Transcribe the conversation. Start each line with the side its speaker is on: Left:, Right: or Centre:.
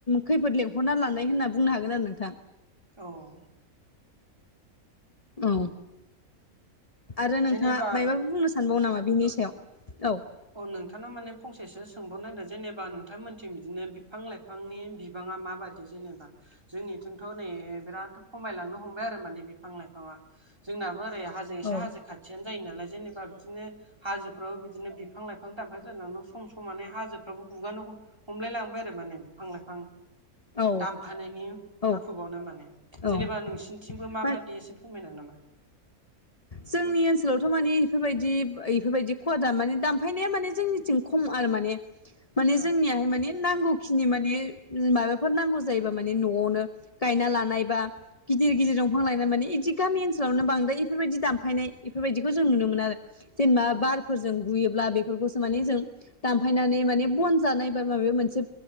Left: खैफोद लेंहरना लानाय होनना बुंनो हागोन आरो नोंथां।
Right: औ।
Left: औ आरो नोंथाङा
Right: जेनेबा
Left: मायबाफोर बुंनो सानबावो नामा बेनि सायाव औ।
Right: औ नोंथांनाव माने फंसेसो सोंबावनो नागिरदों जेनेबा नोंथांमोनथिं बिदिनो बिफां लाइफ फांनि बिबाङा माबादि जेनेबा? जोंनिथिंथ' नै बिराद खमायलांनो हमबाय आरो माने बिफां लाइफाङा। जोंनाबो ओरै हाजो
Left: औ
Right: एसे हाजो खाथियानो जायो नालाय जेनेबा बिदिनो हाजोफ्रावबो बिदिनो बिफां लाइफां दानफां जानांनो सम मानानै हाजोफ्राबो गुगानो हमलाय लांबाय आरो माने बिफां लाइफां
Left: औ
Right: दामफानायनि
Left: औ
Right: खुबावनो माने जेनेबा
Left: औ
Right: नोंसिनि थिंबो माबादि
Left: मा
Right: एसे फोरमायनो हागोन नामा?
Left: जोंनि ओनसोलावथ' माने इफोरबायदि इफोरबायदि खहा दाम माने दाम फाया माने जोंनिथिं खम आरो माने माने
Right: औ
Left: जोंनियाहाय माने नांगौ खिनि माने माबाफोर नांगौ जायोबा माने न'आवनो गायना लानाय बा गिदिर गिदिर दंफां लायफां माने इदि गामि ओनस लावनो बांद्राय इफोरबायदि दामफायनाय इफोरबायदिखौ जों नुनो मोना आरो जेनेबा
Right: औ
Left: बारफोर जों गुयोब्ला बेफोरखौसो माने जों दानफायनानै माने बन जानाय बा माबा मोनसे